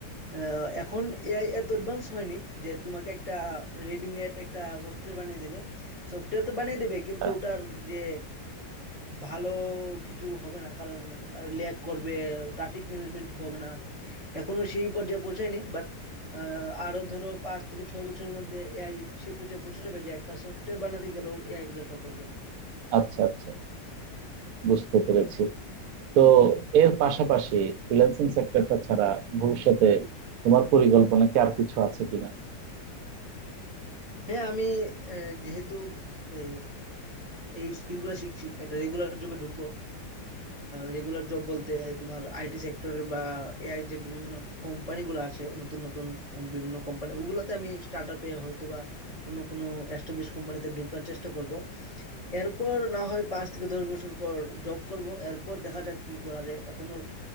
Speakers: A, on the right; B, on the right.
A: আহ, এখন এআই এত অ্যাডভান্স হয়নি যে তোমাকে একটা রেডিমেড একটা সফটওয়্যার বানিয়ে দেবে সফটওয়্যার তো বানিয়ে দেবে কিন্তু
B: আহ,
A: ওটার যে ভালো কিছু হবে না কারণ ল্যাগ করবে ট্রাফিক ম্যানেজমেন্ট ঠিক হবে না এখনো সেই পর্যায়ে পৌঁছায়নি বাট আরো ধরো পাঁচ থেকে ছয় বছরের মধ্যে এআই সেই পর্যায়ে পৌঁছে যাবে যে একটা সফটওয়্যার বানাতে গেলেও এআই এর দরকার পড়বে
B: আচ্ছা আচ্ছা বুঝতে পেরেছি তো এর পাশাপাশি ফ্রিল্যান্সিং সেক্টরটা ছাড়া ভবিষ্যতে তোমার পরিকল্পনা কি আর কিছু আছে কিনা
A: হ্যাঁ আমি আহ, যেহেতু আহ, এই স্কিল গুলা শিখছি একটা রেগুলার জবে ঢুকবো রেগুলার জব বলতে তোমার আইটি সেক্টরে বা এআই যে বিভিন্ন কোম্পানিগুলো আছে নতুন নতুন আহ, বিভিন্ন কোম্পানি ওগুলোতে আমি স্টার্ট আপে হয়তো বা অন্য কোনো এস্টাবলিশ কোম্পানিতে ঢোকার চেষ্টা করব এরপর না হয় পাঁচ থেকে দশ বছর পর জব করব এরপর দেখা যাক কি করা যায় এখনো